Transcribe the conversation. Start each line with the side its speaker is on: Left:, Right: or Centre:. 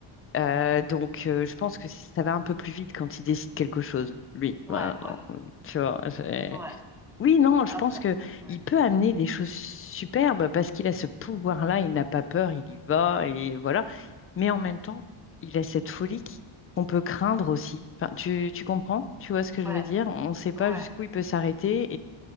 Left: Euh, donc, euh, je pense que ça va un peu plus vite quand il décide quelque chose, lui.
Centre: ouais,
Left: Voilà,
Centre: ouais,
Left: non, tu vois, c'est-
Centre: ouais.
Left: oui, non, je
Centre: Après,
Left: pense que
Centre: ouais,
Left: il peut amener des choses superbes parce qu'il a ce pouvoir-là, il n'a pas peur, il y va et voilà. Mais en même temps, il a cette folie qui- qu'on peut craindre aussi. Enfin, tu, tu comprends? Tu vois ce que je
Centre: ouais,
Left: veux dire? On ne sait pas
Centre: ouais.
Left: jusqu'où il peut s'arrêter